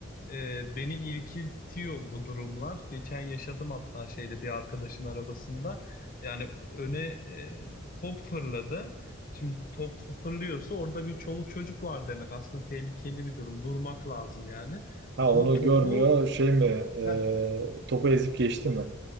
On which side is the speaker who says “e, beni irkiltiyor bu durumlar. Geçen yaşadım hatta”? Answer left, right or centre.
Left